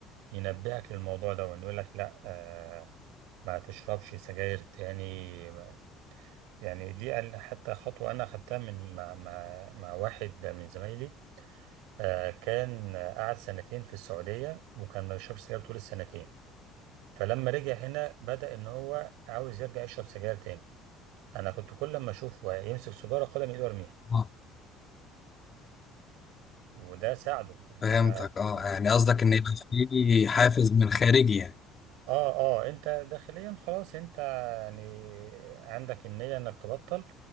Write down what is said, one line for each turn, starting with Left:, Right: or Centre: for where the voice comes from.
Right: ينبهك للموضوع ده ويقول لك لا آه ما تشربش سجاير تاني ما- يعني دي قال- حتى خطوة أنا أخدتها من مع, مع, مع واحد من زمايلي آه كان قعد سنتين في السعودية وكان ما بيشربش سجاير طول السنتين فلما رجع هنا بدأ إن هو عاوز يرجع يشرب سجاير تاني أنا كنت كل ما أشوفه يمسك سيجارة خدها من إيده وأرميها
Left: آه.
Right: وده ساعده يعني
Left: فهمتك
Right: أنا
Left: اه
Right: آه،
Left: يعني قصدك إن يبقى في حافز من خارجي يعني
Right: اه اه انت داخليا خلاص انت يعني عندك النية انك تبطل